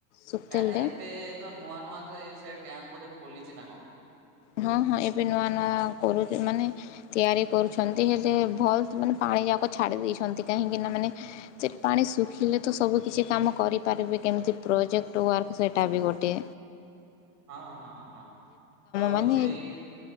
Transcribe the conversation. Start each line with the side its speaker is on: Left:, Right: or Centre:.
Left: ସୁକ୍ତେଲ
Right: କାହିଁକି
Left: ଡ୍ୟାମ୍
Right: ଏବେ ତ ନୂଆ ନୂଆ ତ ଏ ସେଟ ଡ୍ୟାମ ବୋଧେ ଖୋଲିଚି ନା କଣ।
Left: ହଁ ହଁ ଏବେ ନୂଆ ନୂଆ କରୁଚି ମାନେ ତିଆରି କରୁଛନ୍ତି ହେଲେ ଭଲ ମାନେ ପାଣି ଯାକ ଛାଡ଼ି ଦେଇଛନ୍ତି କାହିଁକିନା ମାନେ ସେ ପାଣି ଶୁଖିଲେ ତ ସବୁ କିଛି କାମ କରିପାରିବେ କେମିତି ପ୍ରୋଜେକ୍ଟ ୱାର୍କ ସେଇଟା ବି ଗୋଟିଏ।
Right: ହଁ ହଁ ହଁ ତ
Left: ମାନେ
Right: ସେଇ